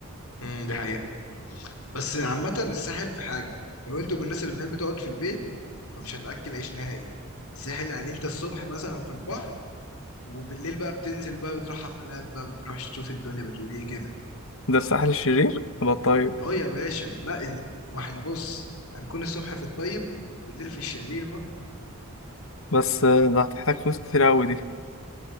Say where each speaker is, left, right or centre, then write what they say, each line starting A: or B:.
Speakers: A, on the left (about 75°); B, on the left (about 60°).
A: امم دي حقيقه بس عامه الساحل في حاجه لو انتوا من الناس اللي بتحب تقعد في البيت فمش هتاكل عيش نهائي الساحل يعني انت الصبح مثلا في البحر وبالليل بقى بتنزل بقى بتروح حفلات بقى بتروح تشوف الدنيا بتقول ايه كده
B: ده الساحل الشرير يبقى طيب
A: اه يا باشا لا ال- ما احنا بص هنكون الصبح في الطيب بالليل في الشرير بقى
B: بس آه، ده هتحتاج فلوس كتير أوي دي